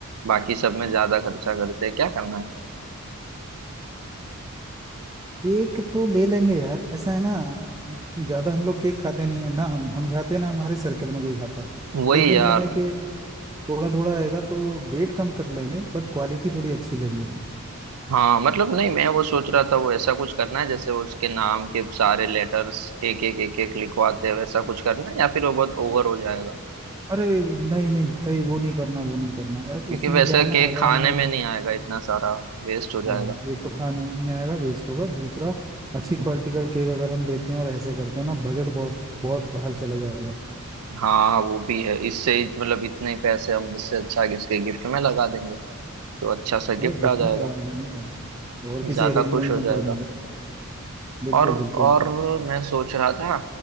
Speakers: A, on the right; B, on the right.
A: बाकी सब में ज्यादा खर्चा करते हैं क्या करना है
B: केक तो ले लेंगे यार ऐसा है ना ज्यादा हम लोग केक खाते नहीं है ना हम हम खाते ना हमारे सर्कल में कोई खाता
A: वही
B: लेकिन
A: यार
B: यह है कि थोड़ा थोड़ा आएगा तो वेट कम कर लेंगे बट क्वालिटी थोड़ी अच्छी लेंगे
A: हाँ मतलब नहीं मैं वो सोच रहा था वो ऐसा कुछ करना है जैसे वो उसके नाम के सारे लेटर्स एक एक एक एक लिखवाते हैं वैसा कुछ करना है या फिर वो बहुत ओवर हो जाएगा
B: अरे नहीं नहीं भाई वो नहीं करना वो नहीं करना ए, उसमें
A: क्योंकि वैसा
B: क्या है
A: केक
B: ना अगर
A: खाने
B: हमने अच्छा
A: में नहीं आएगा इतना सारा वेस्ट हो जाएगा
B: हाँ एक तो खाने में नहीं आएगा वेस्ट होगा दूसरा अच्छी क्वालिटी का केक अगर हम लेते हैं और ऐसे करते हैं ना बजट बहुत बहुत बाहर चला जाएगा
A: हाँ वो भी है इससे ही- मतलब इतने ही पैसे हम इससे अच्छा कि इसके गिफ्ट में लगा देंगे तो अच्छा सा
B: अरे
A: गिफ्ट
B: गिफ्ट
A: आ जाएगा
B: में लगा देंगे और किसी
A: ज्यादा
B: अरेंजमेंट
A: खुश हो
B: में
A: जाएगा
B: कर देंगे बिल्कुल
A: और और
B: बिल्कुल
A: मैं सोच रहा था